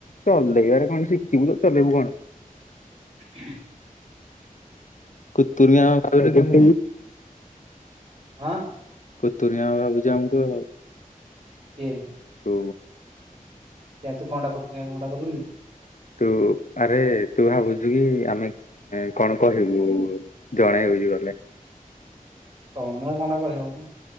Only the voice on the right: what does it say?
ହୁଁ
ଆଁ
କିଏ
କେ ତୁ କଣ୍ଟା କରୁଚୁ କଟା କଲୁ କି
ତମେ କଣଟା କହିବ ମ